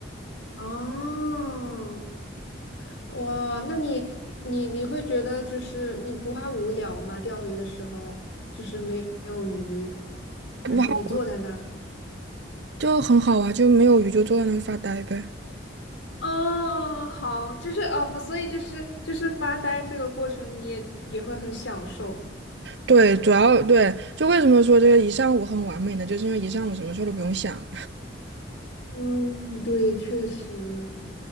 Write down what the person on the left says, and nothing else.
哦，哇，那你你你会觉得就是你不怕无聊吗？钓鱼的时候就是没有鱼，
然后你坐在那儿。
哦，好，就是哦，所以就是就是发呆这个过程，你也也会很享受。
嗯，对，确实。